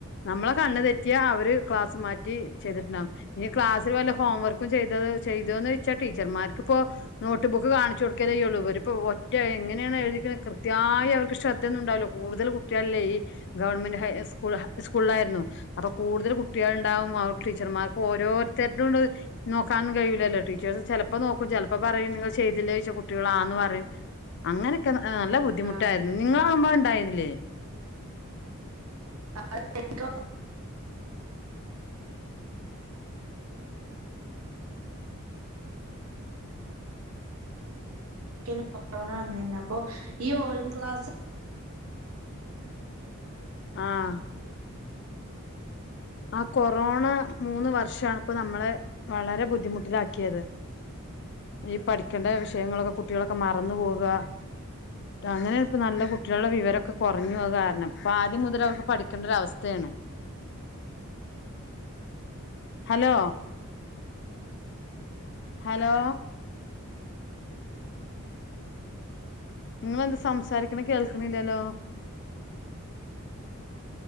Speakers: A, on the left; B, on the right.
A: നമ്മളെ കണ്ണ് തെറ്റിയാ അവര് ക്ലാസ് മാ റ്റി ചെയ്തിട്ടുണ്ടാവും ഇനി ക്ലാസ്സി വല്ല ഹോം വർക്കും ചെയ്തത് ചെയ്തോന്ന് ചെയ്ച്ചാ ടീച്ചർമാർക്കിപ്പോ നോട്ട് ബുക്ക് കാണിച്ചു കൊടുക്കലെയുള്ളൂ ഇവരിപ്പോ ഒറ്റ എങ്ങനെയാണ് എഴുതിക്ക്ണ് കൃത്യവായി അവർക്ക് ശ്രദ്ധ ഒന്നുംണ്ടാവുല്ല കൂടുതല് കുട്ടികളല്ലേ ഈ ഗവൺമെന്റ് ഹൈ സ്കൂ സ്കൂളിലാരുന്നു അപ്പോ കൂടുതല് കുട്ടികൾ ഇണ്ടാവും അവർക്ക് ടീച്ചർമാർക്ക് ഓരോരുത്തരുടെയും നോക്കാനൊന്നും കഴിയു ലല്ലോ ടീച്ചേസ് ചെലപ്പോ നോക്കും ചെലപ്പോ പറയും നിങ്ങൾ ചെയ്തില്ല ചോയിച്ചാ കുട്ടികൾ ആന്ന് പറയും അങ്ങനെയൊക്കെ നല്ല ബുദ്ധിമുട്ടാരുന്നു
B: ആ
A: നി <unintelligible> ഒണ്ടായതില്ലേ
B: <unintelligible> കൊറോണ വന്നെന്ന് അപ്പോ ഈ ഓൺലൈൻ ക്ലാസ്
A: ആഹ് ആ കൊറോണ മൂന്ന് വർഷവാണ് ഇപ്പോ നമ്മളെ വളരെ ബുദ്ധിമുട്ടിലാക്കിയത് ഈ പഠിക്കേണ്ട വിഷയങ്ങളൊക്കെ കുട്ടികളൊക്കെ മറന്നു പോവുകാ അങ്ങനെ ഇപ്പ നല്ല കുട്ടികളുടെ വിവരമൊക്കെ കൊറഞ്ഞു അത് കാരണം അപ്പ ആദ്യം മുതൽ അവർക്ക് പഠിക്കേണ്ട അവസ്ഥയാണ്. ഹലോ ഹലോ നിങ്ങളെന്താ സംസാരിക്കണേ കേൾക്കണില്ലല്ലോ